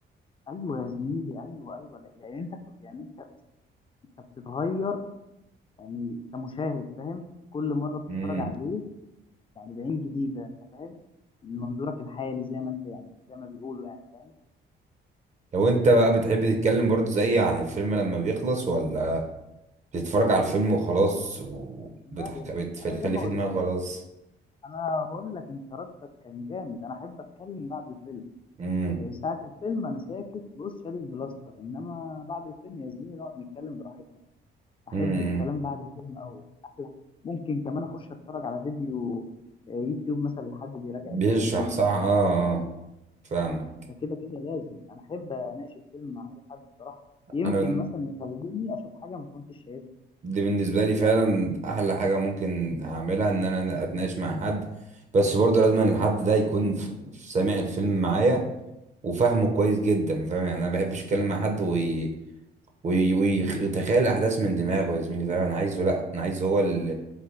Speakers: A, on the left; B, on the right.
A: ايوه يا زميلي ايوه ايوه لا- يعني انت يعني انت انت بتتغير يعني كمشاهد فاهم كل مره بتتفرج
B: امم
A: عليه يعني بعين جديده انت فاهم من منظورك الحالي زي ما انت يعني زي ما بيقولوا يعني فاهم
B: لو انت بقى بتحب تتكلم برضو زي عن الفيلم لما بيخلص ولا بتتفرج على الفيلم وخلاص وبتخليه
A: لا يا زميلي انا زي ما
B: في
A: قلت
B: دماغك
A: لك
B: خلاص
A: انا بقول لك انت ردك كان جامد انا احب اتكلم بعد الفيلم
B: امم
A: ساعة الفيلم أنا ساكت بص شادد بلاستر إنما بعد الفيلم يا زميلي نقعد نتكلم براحتنا بقى أحب
B: امم
A: الكلام بعد الفيلم أوي يعني أحلى ممكن كمان أخش أتفرج على فيديو آه، يوتيوب مثلا لحد بيراجع
B: بيشرح
A: الفيلم بيناقش
B: صح اه
A: الفيلم
B: اه فاهمك
A: ده كده كده لازم أنا أحب أناقش الفيلم مع أي حد صراحة يمكن
B: انا بن-
A: مثلا يخليني أشوف حاجة ما كنتش شايفها
B: دي بالنسبه لي فعلا احلى حاجه ممكن اعملها ان انا اتناقش مع حد بس برضه لازم إن الحد ده يكون ف- سامع الفيلم معايا وفهمه كويس جدا فاهم يعني انا ما بحبش اتكلم مع حد وي... وي... وي- ويتخيل الاحداث من دماغه يا زميلي فاهم انا عايزه لا انا عايزه هو اللي